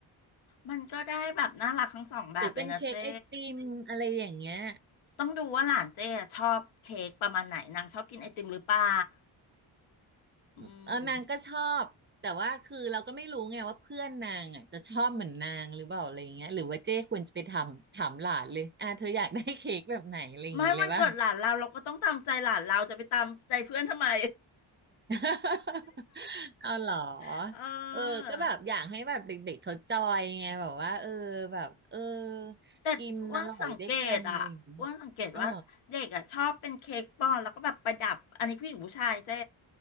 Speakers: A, on the left; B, on the right.
A: มันก็ได้แบบน่ารักทั้งสองแบบเลยนะเจ้
B: หรือเป็นเค้กไอติมอะไรอย่างเงี้ย
A: ต้องดูว่าหลานเจ้อะชอบเค้กประมาณไหนนางชอบกินไอติมหรือเปล่า
B: เออนางก็ชอบแต่ว่าคือเราก็ไม่รู้ไงว่าเพื่อนนางอ่ะจะชอบเหมือนนางหรือเปล่าอะไรอย่างเงี้ยหรือว่าเจ้ควรจะไปทำถามหลานเลยอ่ะเธออยากได้เค้กแบบไหนอะไรอย่างงี้เลยป่ะ
A: อืมไม่วันเกิดหลานเราเราก็ต้องตามใจหลานเราจะไปตามใจเพื่อนทำไม
B: <laughs> เอาเหรอ
A: <laughs> เออ
B: เออก็แบบอยากให้แบบเด็กๆเขาจอยไงแบบว่าเออแบบเออ
A: แต่อ้วนสังเกตอ่ะอ้วนสังเกตว่าเด็กอ่ะชอบเป็นเค้กปอนแล้วก็แบบประดับอันนี้ผู้หญิงผู้ชายเจ้
B: กินอร่อยด้วยกันอะไรอย่างงี้อ๋อ